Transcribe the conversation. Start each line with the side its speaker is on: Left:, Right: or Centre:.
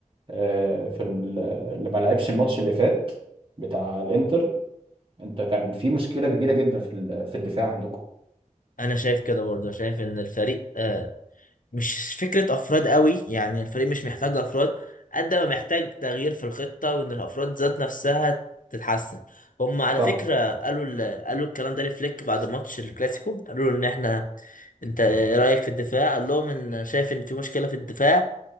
Right: آه، في ال- اللي ما لعبش الماتش اللي فات بتاع الإنتر أنت كان في مشكلة كبيرة جدا في ال- في الدفاع عندكم
Left: انا شايف كده برضه شايف ان الفريق آه، مش فكرة افراد قوي يعني الفريق مش محتاج افراد قد ما محتاج تغيير في الخطة وان الافراد ذات نفسها تتحسن هم على
Right: صح
Left: فكرة قالوا ال... قالوا الكلام ده لفليك بعد ماتش الكلاسيكو قالوا له ان احنا انت ايه رايك في الدفاع قال لهم ان شايف ان في مشكله في الدفاع